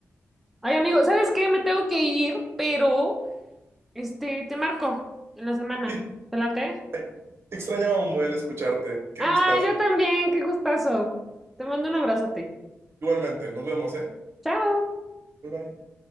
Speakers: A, in the centre; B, on the right (about 55°).
A: Ay, amigo, ¿sabes qué? Me tengo que ir, pero este, te marco en la semana.
B: <laughs>
A: ¿Te late?
B: Y te extrañaba un buen escucharte. Qué
A: Ah,
B: gustas.
A: yo también. Qué gustazo. Te mando un abrazote.
B: Igualmente, nos vemos, ¿eh?
A: Chao.
B: Bye bye.